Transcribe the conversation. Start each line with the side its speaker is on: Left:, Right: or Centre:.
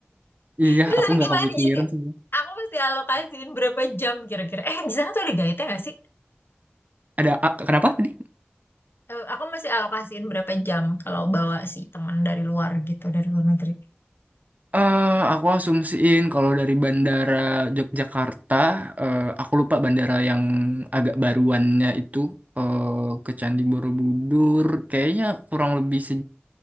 Right: Iya,
Left: Terus
Right: aku
Left: tadi
Right: nggak
Left: gimana?
Right: kepikiran
Left: Jadi
Right: sih.
Left: aku mesti alokasiin berapa jam kira-kira? Eh di sana tuh ada guide nggak sih?
Right: Ada a- kenapa tadi?
Left: Eh, aku masih alokasiin berapa jam kalau bawa si teman dari luar gitu dari luar negeri.
Right: Eh, aku asumsiin kalau dari bandara Yogyakarta, eh, aku lupa bandara yang agak baruannya itu eh, ke Candi Borobudur, kayaknya kurang lebih se